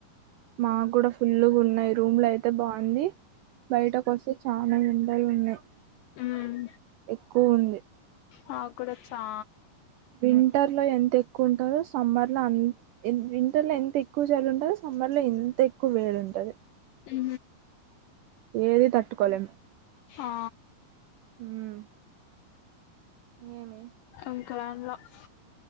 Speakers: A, on the right; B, on the left.
A: మాకు కూడా ఫుల్లుగా ఉన్నాయి రూమ్ లో అయితే బాగుంది. బయటకు వస్తే చానా ఎండ డల్ ఉన్నాయి
B: హ్మ్
A: ఎక్కువ ఉంది
B: నాకు కూడా వచ్చు శా
A: వింటర్ లో ఎంత ఎక్కువ ఉంటందో సమ్మర్ లో అం విం వింటర్ లో ఎంత ఎక్ ఎక్కువ చలి ఉంటది. సమ్మర్ లో ఎంత ఎక్కువ వేడి ఉంటది.
B: ఉ
A: ఏది తట్టుకోలేం
B: ఆ
A: ఉమ్ ఇంగేమి
B: ఇంకా ఏం లేవ్